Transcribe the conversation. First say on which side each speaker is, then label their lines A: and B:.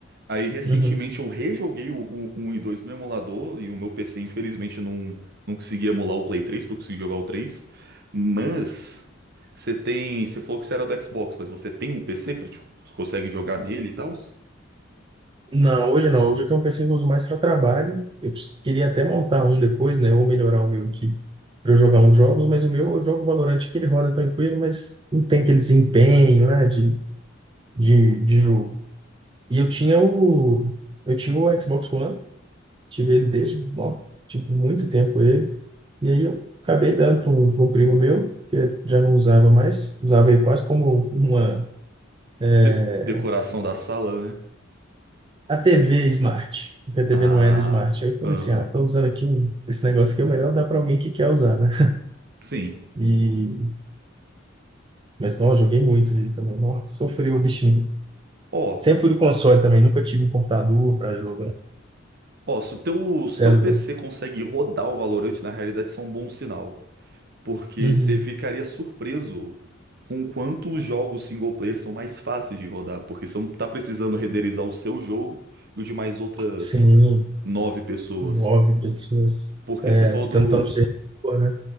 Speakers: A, on the right (about 55°); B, on the right (about 25°).
A: Aí, recentemente,
B: Uhum.
A: eu rejoguei o, o 1 e 2 no emulador e o meu PC, infelizmente, não, não consegui emular o Play 3, porque eu consegui jogar o 3. Mas, você tem. Você falou que você era do Xbox, mas você tem um PC pra, tipo, você consegue jogar nele e tal?
B: Não, hoje não. Hoje eu tenho um PC que eu uso mais para trabalho. Eu preci- queria até montar um depois, né? Ou melhorar o meu aqui para eu jogar uns jogos, mas o meu eu jogo Valorant que ele roda tranquilo, mas não tem aquele desempenho, né? De, de, de jogo. E eu tinha o. Eu tinha o Xbox One, tive ele desde, ó, tive muito tempo ele. E aí eu acabei dando para um, pra um primo meu, que já não usava mais, usava ele quase como uma. é,
A: De- decoração da sala, né?
B: a TV Smart, porque a TV
A: Ah,
B: não era Smart. Aí eu falei
A: aham.
B: assim, ah, tô usando aqui um- esse negócio aqui, é melhor dar para alguém que quer usar, né?
A: Sim.
B: E, mas, não, eu joguei muito nele também. Nossa, sofri o bichinho.
A: Ó,
B: Sempre fui do console também, nunca tive um computador para jogar.
A: ó, se o teu, se
B: Sério.
A: o teu PC consegue rodar o Valorant, na realidade, isso é um bom sinal. Porque
B: Uhum.
A: você ficaria surpreso com quanto os jogos single player são mais fáceis de rodar. Porque você não tá precisando renderizar o seu jogo e o de mais outras
B: Sim,
A: nove pessoas.
B: nove pessoas.
A: Porque
B: É,
A: você falou
B: você
A: do,
B: tentando ser, rico, né?